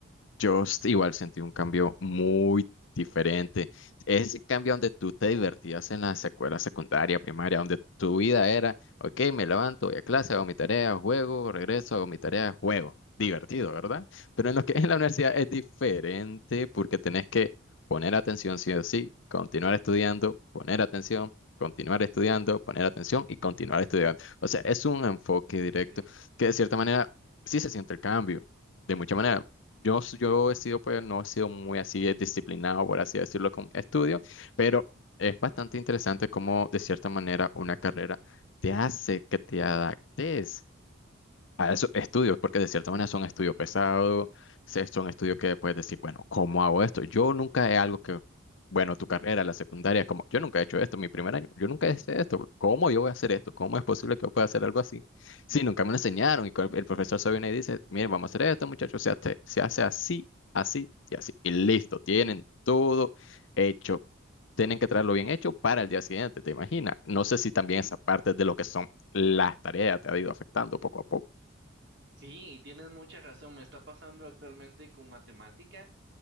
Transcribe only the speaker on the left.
Yo s- igual sentí un cambio muy diferente. Ese cambio donde tú te divertías en la secuela secundaria, primaria, donde tu vida era, ok, me levanto, voy a clase, hago mi tarea, juego, regreso, hago mi tarea, juego. Divertido, ¿verdad? Pero en
lo que es la universidad
es diferente porque tenés que poner atención sí o sí, continuar estudiando, poner atención, continuar estudiando, poner atención y continuar estudiando. O sea, es un enfoque directo
que de cierta manera sí se siente el cambio, de mucha manera. Yo, s- yo he sido, pues, no he sido muy así de disciplinado, por así decirlo, con estudio, pero es bastante
interesante cómo, de cierta manera, una carrera te hace que te adaptes a esos estudios, porque de cierta manera son estudios
pesados, se- son estudios que puedes decir, bueno, ¿cómo hago esto? Yo nunca he algo que, bueno, tu carrera, la secundaria, como yo nunca he hecho esto, mi primer año, yo nunca hice esto, ¿cómo yo voy a hacer esto? ¿Cómo es posible que yo pueda hacer algo así? Sí, nunca me lo enseñaron y cu- el profesor se viene y dice, miren, vamos a hacer esto, muchachos, se hace, se hace así, así y así, y listo, tienen todo hecho. Tienen que traerlo bien hecho para el día siguiente, ¿te imaginas? No sé si también esa
parte de lo que son las tareas te ha ido afectando poco a poco.